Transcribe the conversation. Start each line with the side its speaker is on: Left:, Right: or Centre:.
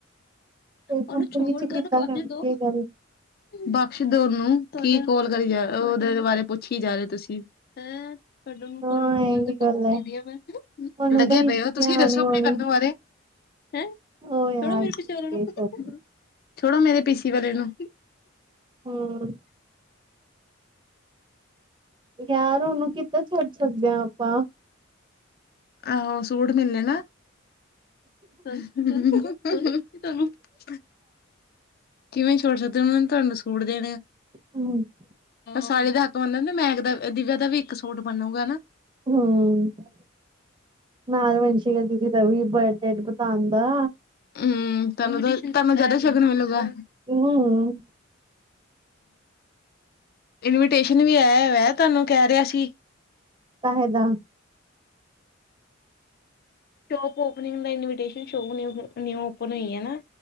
Right: ਤੇ
Left: ਉਹਨੂੰ
Right: ਕੰਪਨੀ
Left: ਛੋਰ
Right: ਚ
Left: ਕਰ,
Right: ਕਿੱਦਾਂ
Left: ਬਾਕੀ
Right: ਕਰਦੀ
Left: ਦੋ।
Right: ਇਹ ਗੱਲ
Left: ਬਖਸ਼ ਦੋ ਉਨੂੰ ਕੀ ਕੋਲ ਕਰੀ ਜਾ ਉ। ਉਦੇ ਬਾਰੇ ਪੁੱਛੀ ਜਾ ਰਹੇ ਤੁਸੀਂ। ਹੈਂ? ਸਾਨੂੰ
Right: ਹਾਂ
Left: ਰੋਜ
Right: ਇਹ
Left: ਦਾ
Right: ਵੀ ਗੱਲ
Left: <unintelligible>
Right: ਹੈ ਉਹਨੂੰ
Left: ਲਗੇ
Right: ਤਾਂ ਹਿਚਕਿਆ
Left: ਪਏ ਹੋ ਤੁਸੀਂ ਦੱਸੋ
Right: ਆਣੀ
Left: ਆਪਣੇ
Right: ਆਉਣੀ
Left: <unintelligible> ਬਾਰੇ। ਹੈਂ?
Right: ਹੋ ਯਾਰ
Left: ਛੋੜੋ ਮੇਰੇ
Right: ਠੀਕ
Left: ਪਿੱਛੇ ਉਹਨਾਂ ਨੂੰ।
Right: ਸਭ
Left: ਛੋੜੋ ਮੇਰੇ ਪੀਸੀ ਵਾਲੇ ਨੂੰ।
Right: ਹਂ ਯਾਰ ਉਹਨੂੰ ਕਿੱਦਾਂ ਛੱਡ ਸਕਦੇ ਆਂ ਆਪਾਂ।
Left: ਆਹੋ ਸੂਟ ਮਿਲਣੇ ਨਾਂ। <inaudible> ਕਿਵੇਂ ਛੋੜ ਸਕਦੇ ਉਹਨਾਂ ਨੇਂ ਤੁਹਾਨੂੰ ਸੂਟ ਦੇਣੇ ਆ।
Right: ਹਂ
Left: ਸਾਲੀ ਦਾ ਹੱਕ ਮੰਨਦਾ ਮੈਂ ਦਾ ਦਿਵਿਆ ਦਾ ਵੀ ਇੱਕ ਸੂਟ ਬਣੂੰਗਾ ਨਾਂ।
Right: ਹਂ, ਨਾਲ ਮਨਸ਼ੀ ਦੀਦੀ ਦਾ ਵੀ। ਕੇਕ ਬਤਾਣ ਦਾ।
Left: ਹਂ, ਤੁਹਾਨੂੰ ਤਾਂ ਤੁਹਾਨੂੰ ਜ਼ਿਆਦਾ ਸ਼ਗਨ ਮਿਲੂਗਾ।
Right: ਹੂੰ,
Left: ਇਨਵੀਟੇਸ਼ਨ ਵੀ ਆਇਆ ਹੋਇਆ। ਤੁਹਾਨੂੰ ਕਹਿ ਰਿਹਾ ਸੀ।
Right: ਤਾਂ ਇਹਦਾ।
Left: ਸ਼ੋਪ ਓਪਨਿੰਗ ਦਾ ਇਨਵੀਟੇਸਨ, ਸ਼ੋਪ ਨਿਊ ਓਪਨ ਹੋਈ ਹੈ ਨਾਂ।